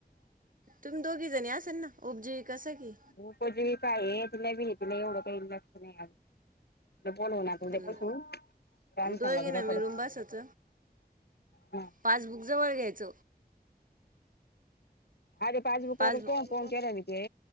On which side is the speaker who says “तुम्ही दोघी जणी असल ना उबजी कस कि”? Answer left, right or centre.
Right